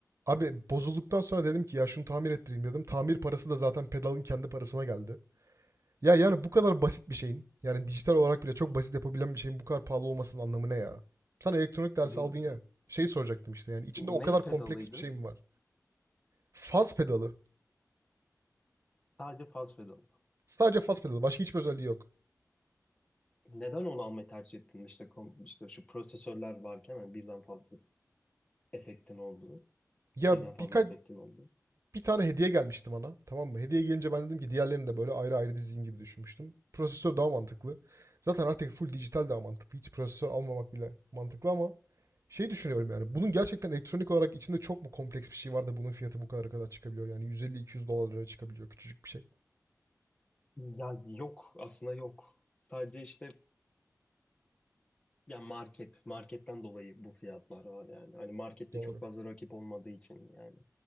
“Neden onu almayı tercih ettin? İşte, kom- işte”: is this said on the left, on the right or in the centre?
Left